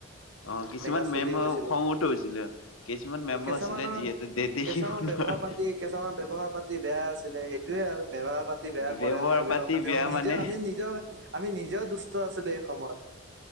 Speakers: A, on the left; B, on the right.
A: অঁ কিছুমান
B: এনেকা চলি
A: মেম
B: গৈছিলো।
A: খঙ উঠ হৈছিলে, কিছুমান মেমো
B: অ', কেঁচামানৰ
A: আছিলে যিহেতু দে দেখিব
B: কেঁচামানৰ
A: নোৱাৰে
B: ব্যৱহাৰ পাতি কেঁচামানৰ ব্যৱহাৰ পাতি বেয়া আছিলে সেইটোয়ে আৰু ব্যৱহাৰ পাতি বেয়া
A: ব্যৱহাৰ
B: কৰে, ভাবি
A: পাতি
B: লক আমিও
A: বেয়া
B: নিজে
A: মানে।
B: আমি নিজৰ আমি নিজেও দুষ্ট আছো সেই সময়ত